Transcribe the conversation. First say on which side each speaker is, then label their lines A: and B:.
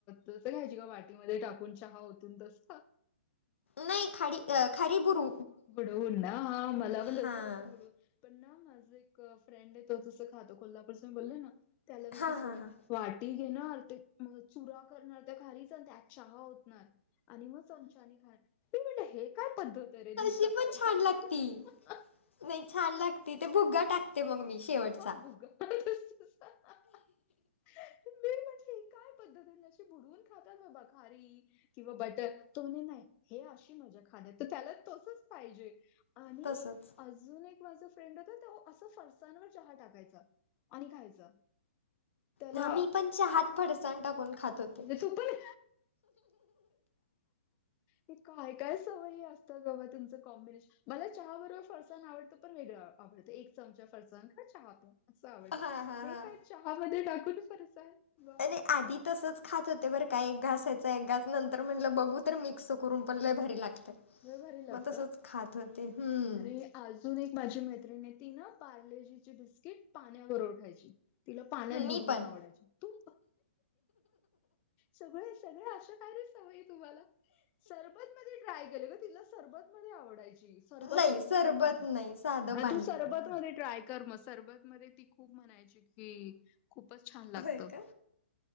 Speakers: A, on the left; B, on the left.
A: तस खायची का वाटीमध्ये टाकून चहा ओतून तस.
B: नाही खााडी अ खारी बुडू.
A: बुडवून ना हा मला पण तसच
B: हां
A: आवडत बुडवून. पण ना माझा एक फ्रेंड आहे तो तसं खातो. कोलापूरचाये मी बोलले ना त्याला तशी
B: हां
A: सवय.
B: हां हां
A: वाटी घेणार ते मग चुरा करणार त्या खारीचा त्यात चहा होतणार. आणि मग चमचानी खानार. मी म्हटल हे काय पद्धत रे दूध
B: ती
A: चपाती
B: पण छान
A: खाल्ल्यासारखं?"
B: लागती नाही छान लागती ते भुगा टाक ते मग मी शेवटचा
A: हा भुगा. मी म्हटली ही काय पद्धत? अशी बुडवून खातात बाबा खारी. किंवा बटर तुला नाही माहित हे अशी मजा खाण्यात त्याला तसच पाहिजे. आणि
B: तसंच
A: अजून एक माझा फ्रेंड होता. तो असं फरसणवर चहा टाकायचा. आणि खायचा. त्याला
B: आम्ही मी पण चहात फडसाण टाकून. खात होते.
A: म्हणजे तू पण हे काय काय सवयी अस <unintelligible> मला चहा बरोबर फरसाण आवडतं पण वेगळां आपलं ते एक चमचा फरसाण का चहा पिऊन. असं आवडत
B: हां हां
A: हे
B: हां.
A: काय चहा मध्ये टाकून फरसाण वाह!
B: नाही नाही
A: वाह!
B: आधी तसचं. खात होते बरं काय एक घास याचं एक घास, नंतर म्हटलं बघू तर मिक्स करून पण लय भारी लागतंय.
A: लय भारी लागतं.
B: म तसच खात होते. हम्म
A: आणि अजून एक माझी मैत्रिने ती ना पार्लेजीची बिस्किट पाण्या बरोबर खायची. तिला पाण्यात
B: मी
A: बुडवून
B: पण
A: आवडायचे. तू सगळे- सगळे असं काय रे? सवई तुम्हाला सरबत मध्ये ड्रायफ्रूट तिला सरबत मध्ये आवडायची, सरबतमध्ये
B: नाही सरबत
A: ती खाणार.
B: नाही साधं पाणी.
A: तू सरबत मध्ये ट्राय कर मस्त. सरबत मध्ये ती खूप म्हणायची, की खूपच छान लागत.
B: होय का?